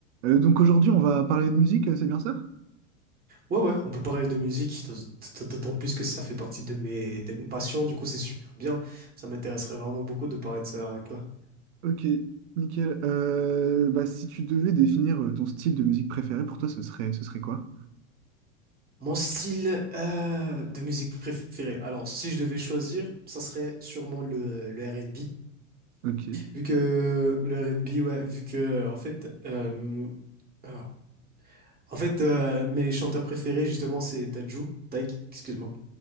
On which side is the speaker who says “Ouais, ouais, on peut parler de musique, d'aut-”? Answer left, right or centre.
Right